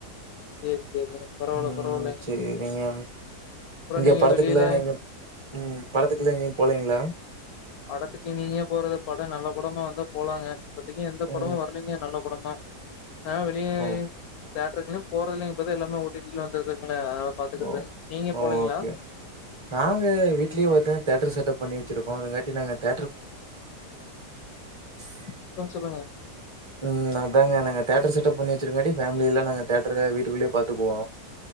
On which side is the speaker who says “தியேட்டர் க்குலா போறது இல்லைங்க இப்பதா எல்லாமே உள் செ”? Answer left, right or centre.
Left